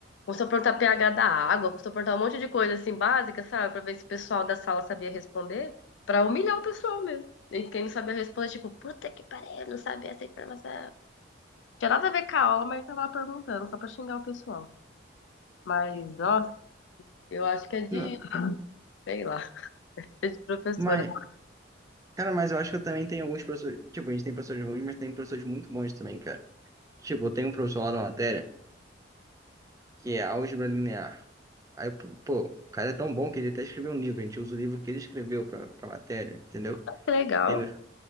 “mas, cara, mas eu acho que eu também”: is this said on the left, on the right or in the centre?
Right